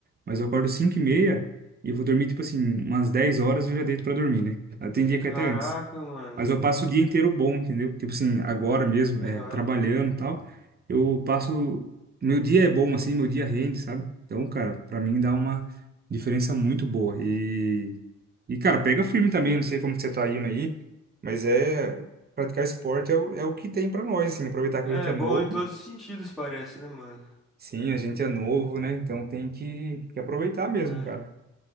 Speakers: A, on the right; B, in the centre.
A: Mas eu acordo 5 e meia e vou dormir, tipo assim, umas 10 horas eu já deito pra dormir, né? Ah, Tem dia
B: Caraca,
A: que é até antes.
B: mano.
A: Mas eu passo o dia inteiro bom, entendeu? Tipo assim, agora mesmo,
B: Aham.
A: é, trabalhando e tal. Eu passo. Meu dia é bom, assim, meu dia rende, sabe? Então, cara, pra mim dá uma diferença muito boa. E, e cara, pega firme também, não sei como que você tá indo aí, mas é. Praticar esporte é o, é o que tem pra nós, assim, aproveitar que
B: É
A: a gente é
B: bom
A: novo.
B: em todos os sentidos, parece, né, mano?
A: Sim, a gente é novo, né? Então tem que, que aproveitar mesmo,
B: É.
A: cara,